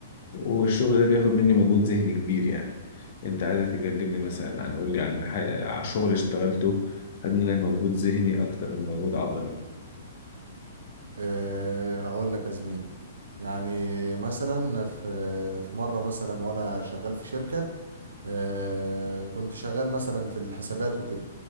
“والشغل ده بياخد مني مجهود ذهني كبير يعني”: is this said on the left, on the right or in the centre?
Left